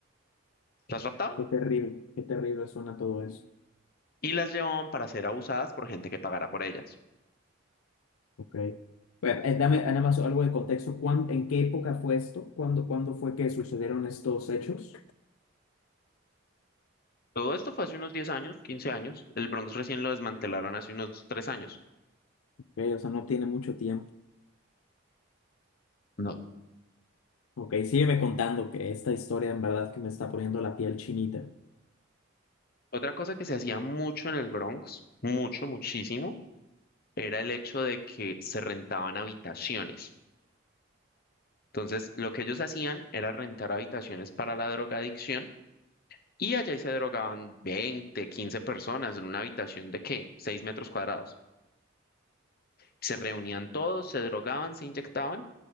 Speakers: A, on the left (about 45°); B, on the left (about 80°).
A: Las raptaban
B: Qué terrible, qué terrible suena todo eso.
A: y las llevaban para ser abusadas por gente que pagara por ellas.
B: ok. Bueno, eh, dame nada más algo de contexto. ¿Cuán- en qué época fue esto? ¿Cuándo, cuándo fue que sucedieron estos hechos?
A: Todo esto fue hace unos 10 años, 15 años. El Bronx recién lo desmantelaron hace unos 3 años.
B: Ok, o sea, no tiene mucho tiempo.
A: No,
B: Ok, sígueme contando que esta historia en verdad que me está poniendo la piel chinita.
A: Otra cosa que se hacía mucho en el Bronx, mucho, muchísimo, era el hecho de que se rentaban habitaciones. Entonces, lo que ellos hacían era rentar habitaciones para la drogadicción y allá ahí se drogaban 20, 15 personas en una habitación de ¿qué? 6 metros cuadrados. Se reunían todos, se drogaban, se inyectaban,